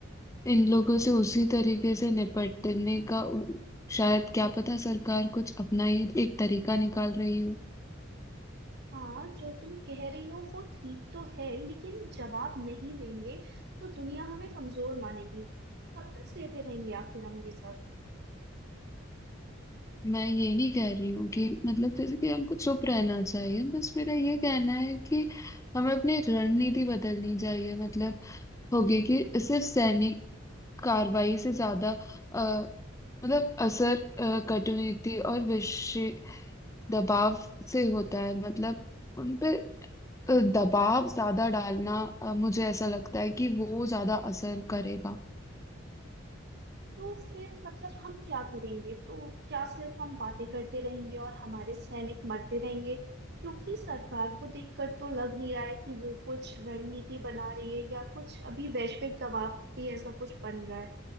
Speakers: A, on the left; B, on the right.
A: इन लोगों से उसी तरीके से निपटने का उ- शायद क्या पता सरकार कुछ अपना ही एक तरीका निकाल रही हो
B: हाँ जो तुम कह रही हो वो ठीक तो है लेकिन जवाब नहीं देंगे तो दुनिया हमें कमजोर मानेगी तब तक सहते रहेंगे आखिर हम ये सब
A: मैं ये नहीं कह रही हूँ कि मतलब जैसे कि हमको चुप रहना चाहिए बस मेरा ये कहना है कि हमें अपनी रणनीति बदलनी चाहिए मतलब होगी कि सिर्फ सैनिक कार्रवाई से ज्यादा अ, मतलब असर अ, कटुनीति और विषय दबाव से होता है मतलब उन पे अ, दबाव ज्यादा डालना अ, मुझे ऐसा लगता है कि वो ज्यादा असर करेगा
B: तो फिर मतलब हम क्या करेंगे तो क्या सिर्फ हम बातें करते रहेंगे और हमारे सैनिक मरते रहेंगे क्योंकि सरकार को देखकर तो लग नहीं रहा है कि वो कुछ रणनीति बना रही है या कुछ अभी वैश्विक दबाव पे ऐसा कुछ बन रहा है